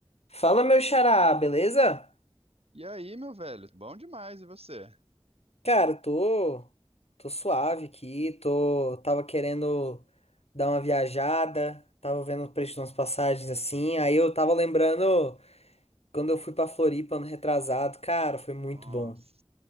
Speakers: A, on the left; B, on the right.
A: Fala, meu xará, beleza?
B: E aí, meu velho? Bom demais, e você?
A: Cara, tô, tô suave aqui, tô, tava querendo dar uma viajada, tava vendo o preço de umas passagens assim, aí eu tava lembrando quando eu fui pra Floripa ano retrasado, cara, foi muito
B: Nossa,
A: bom.